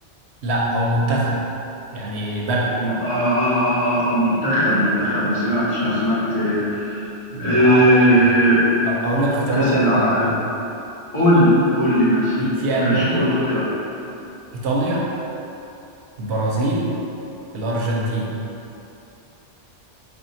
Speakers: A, on the right; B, on the left.
A: لا هو منتخب يعني بلد
B: م- آه, آه, آه, آه آه، منتخب منتخب ما سمعتش انا سمعت إيه
A: لا
B: إيه،
A: عادي ولا يعني اقول لك اختيارات
B: كأس العالم
A: لو انت عارفها
B: قول لي قول لي مثلا
A: في في
B: ماشي
A: المانيا
B: قول اختيار
A: ايطاليا البرازيل الارجنتين